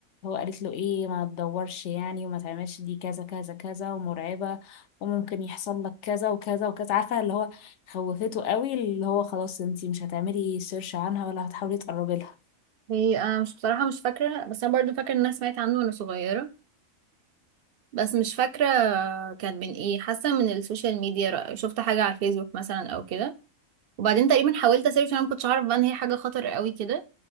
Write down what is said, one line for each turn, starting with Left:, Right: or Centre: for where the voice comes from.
Left: قالت له ايه ما تدورش يعني وما تعملش دي كذا كذا كذا ومرعبة وممكن يحصل لك كذا وكذا وكذا عارفة اللي هو خوفته قوي اللي هو خلاص انتي مش هتعملي سيرش عنها ولا هتحاولي تقربي لها
Right: هي انا مش بصراحة مش فاكرة بس انا برضو فاكرة ان انا سمعت عنه وانا صغيرة بس مش فاكرة كان من ايه حاسة من السوشيال ميديا شفت حاجة على الفيسبوك مثلا او كده وبعدين تقريبا حاولت اسيرش انا ما كنتش اعرف بقى ان هي حاجة خطر قوي كده